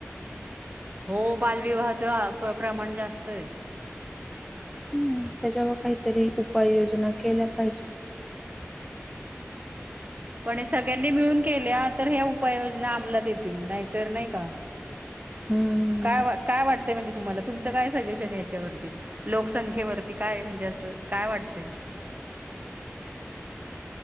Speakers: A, on the right; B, in the centre.
A: हो बालविवाहाच प्रमाण जास्त आहे
B: हम्म त्याच्यावर काहीतरी उपाययोजना केल्या पाहिजे
A: ह पण सगळ्यांनी मिळून केल्या तर ह उपाययोजना अमलात येतील नाहीतर नाही का
B: हं,
A: काय वा काय वाटत म्हणजे तुम्हाला तुमचं काय सजेशन याच्यावरती लोकसंख्येवरती काय म्हणजे असं काय वाटतं <unintelligible>